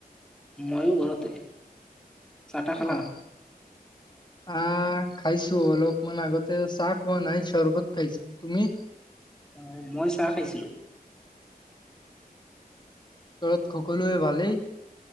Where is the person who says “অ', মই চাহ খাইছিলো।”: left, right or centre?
Centre